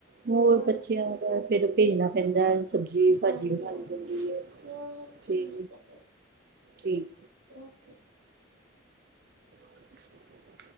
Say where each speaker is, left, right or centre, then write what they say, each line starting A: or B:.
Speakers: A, on the right (about 50°); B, on the right (about 85°).
A: ਹੋਰ
B: ਚਲੋ
A: ਬੱਚਿਆਂ ਦਾ ਫੇਰ ਭੇਜਣਾ ਪਹਿਲਾਂ ਸਬਜ਼ੀ ਭਾਜੀ
B: ਹਾਂਜੀ
A: ਬਣਾਉਣੀ
B: ਹਾਂਜੀ
A: ਪੈਂਦੀ ਹੈ,
B: ਚਲੋ ਠੀਕ
A: ਤੇ
B: ਹੈ ਫਿਰ
A: ਠੀਕ
B: ਓਕੇ ਜੀ।
A: <inaudible>